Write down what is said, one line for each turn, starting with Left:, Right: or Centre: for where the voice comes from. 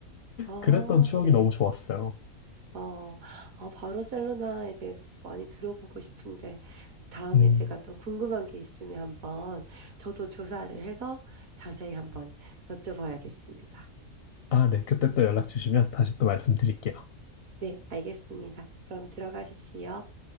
Right: 어.
Left: 그랬던 추억이
Right: 네.
Left: 너무 좋았어요.
Right: 어. 아, 바르셀로나에 대해서 좀 많이 들어보고 싶은데 다음에
Left: 음.
Right: 제가 또 궁금한 게 있으면 한번 저도 조사를 해서 자세히 한번 여쭤봐야겠습니다.
Left: 아, 네. 그때 또 연락 주시면 다시 또 말씀드릴게요.
Right: 네, 알겠습니다. 그럼 들어가십시오.